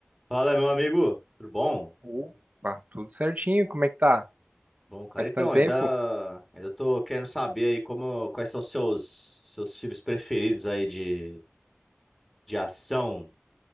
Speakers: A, in the centre; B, on the right.
A: Fala, meu amigo, tudo bom?
B: Opa, tudo certinho, como é que tá?
A: Bom, cara,
B: Faz
A: então,
B: tanto
A: ainda,
B: tempo?
A: ainda tô querendo saber aí como, quais são os seus, seus filmes preferidos aí de, de ação,